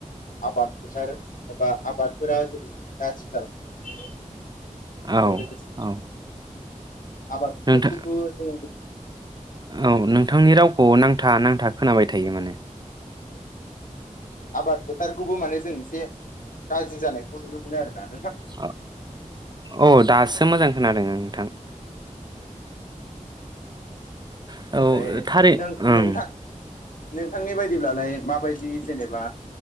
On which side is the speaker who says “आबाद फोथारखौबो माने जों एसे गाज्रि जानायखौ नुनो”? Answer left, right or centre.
Left